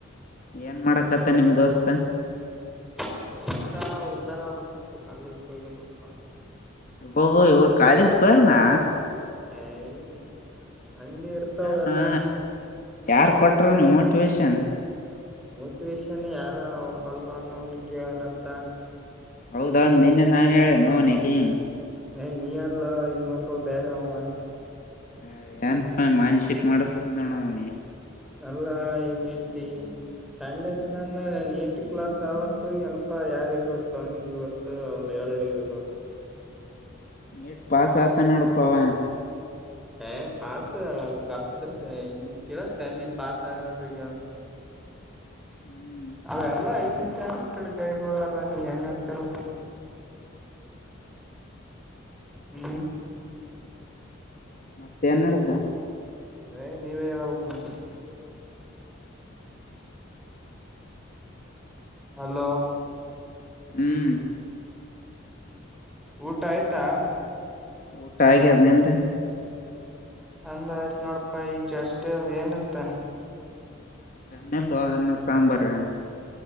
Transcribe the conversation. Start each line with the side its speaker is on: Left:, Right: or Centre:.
Left: ಏನ್ ಮಾಡಕತ್ತ ನಿಮ್ ದೋಸ್ತ್
Centre: ನಮ ದತ್ತ ಊತ ಅಧಾರ ಆಗ್ಬಬೇಕಂತ ಕಾಲದಕ್ಕೆ ಹೋಗಗ ನೋಡಪ್ಪಾ
Left: ಬಬ ಇ ಕಾಲೇಜಕ ಹೋಗ್ಯನಾ
Centre: ಏಯ್ ಹಂಗೆ ಇರ್ತಾವ
Left: ನು
Centre: ಎಲ್ಲಾ
Left: ಯಾರ್ ಕೊಟರು ನೀ ಮೋಟಿವೇಶನ್
Centre: ಮೋಟಿವೇಶನ್ ಯಾರ ಅವ ಮಲ್ಲ ಅನ್ನವ್ನು ಕೇಳನಂತ
Left: ಹೌದಂದ ನಿನ್ನೆ ನಾನ ಹೇಳೇನೋವ್ನಿಗಿ
Centre: ಏ ನೀಯಲೋ ಇನ್ನೊಬ್ಬ ಬೇರೆ ಅವ
Left: ಹ ಏನ್ ಮಾನಸಕ್ ಮಾಡಿಸತಿಂದವಣ ಅವನಿ
Centre: ನಲ್ಲ ಏ ಮೇತಿ ಸಂಡೆ ದಿನಾನ ನೀಟ್ ಕ್ಲಾಸ್ ಅವಂತ ಹೋಗಿ ಅನಪಾ ಯಾರಿಗ ಗೊತ್ತು ಅವ್ನಿಿಗೆ ಗೊತ್ತು ಅವ್ರಿಗೆ. ಕಳರಿಗೆ ಗತ
Left: ನೀಟ್ ಪಸಾತಾನೋಡ ಪಾ ಅವ.
Centre: ಹ ಪಾಸ ಕ ನೀಲ ಪಾಸ ಆಗಾದ್ರ ಬ ನೀ.
Left: ಹ್ಮ್
Centre: ಅ ಎಲ್ಲ ಇ. ಕ್ಕೆಂ ಕಡೆ ಕೈಗಳಾರ ನೀ ಹೆಂಗತ್ತಲ್ಲ. ಹ್ಮ್.
Left: ಮತ್ತೆೇನ್ ನಡಸ
Centre: ಏ ನೀವೇ ಹೇಳ್ಬೇಕು ಅಲೋ.
Left: ಹ್ಮ್.
Centre: ಊಟ ಆಯ್ತಾ.
Left: ಊಟ ಕೆನೆ ಅಂತ.
Centre: ಅಂದ ಆಯ್ತ್ ನೋಡಪ್ಪಾ ಈ ಜಸ್ ಏನತ್ತ.
Left: ನಲ್ವಾ ಅಣ್ಣ ಸಾಂಬಾರ.